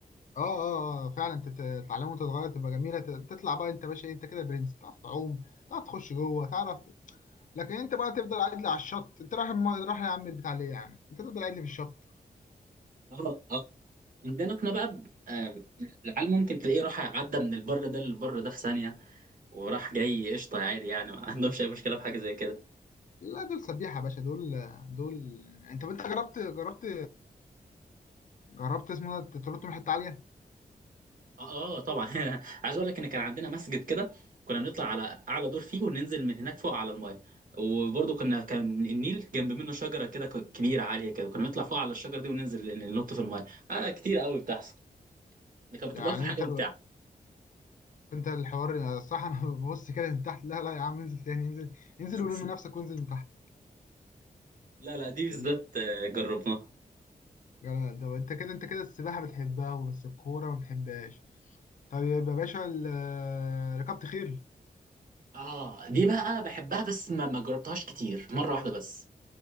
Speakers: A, on the left; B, on the right.
A: اه اه آه، فعلا تت- تتعلم وانت صغير تبقى جميله ت- تطلع بقى انت باشا انت كده برنس تعرف تعوم تعرف تخش جوه تعرف لكن انت بقى تفضل قاعد لي على الشط انت رايح الم- رايح يا عم بتاع ليه يا عم انت تفضل قاعد لي في الشط
B: اه اه عندنا احنا بقى ب- آه، العيال ممكن تلاقيه راح عدى من البر ده للبر ده في ثانيه وراح جاي قشطه عادي يعني ما عندهمش اي مشكله في حاجه زي كده
A: لا دول سبيحة يا باشا دول دول انت انت جربت جربت جربت اسمه ده تنط من حتة عالية
B: اه آه، طبعا <laughs> عايز اقول لك ان كان عندنا مسجد كده كنا بنطلع على اعلى دور فيه وننزل من هناك فوق على المايه وبرضه كنا كان النيل جنب منه شجره كده ك- كبيره عاليه كده كنا بنطلع فوق على الشجره دي وننزل ن- ننط في المايه اه كتير قوي بتحصل دي كانت بتبقى
A: يعني
B: اكتر حاجه
A: انت
B: ممتعه
A: انت الحوار صح انا <laughs> ببص كده من تحت لا لا يا عم انزل تاني انزل انزل
B: <laughs>
A: ولم نفسك وانزل من تحت
B: لا لا دي بالذات
A: اللي هو
B: آه، جربناها
A: يعني ده انت كده انت كده السباحة بتحبها بس الكورة ما بتحبهاش طيب يا باشا ال- ركبت خيل
B: اه دي بقى بحبها بس ما ما جربتهاش كتير مره واحده بس